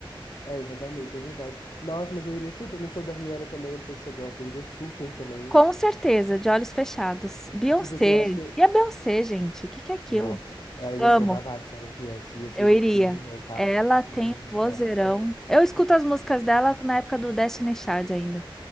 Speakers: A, on the left; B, in the centre.
A: É, exatamente, é verdade. Nossa, mas eu iria super. No show da Rihanna também, não sei se você gosta, eu iria super também.
B: Com certeza, de olhos fechados. Beyoncé.
A: E, tipo assim, eu acho que.
B: E a Beyoncé, gente? O que que é aquilo?
A: Nossa, ela ia
B: Amo,
A: ser um babado se ela viesse, ia ser
B: eu iria.
A: tudo de bom, tá?
B: Ela
A: Nossa.
B: tem um vozeirão. Eu escuto as músicas dela na época do Destiny Child ainda.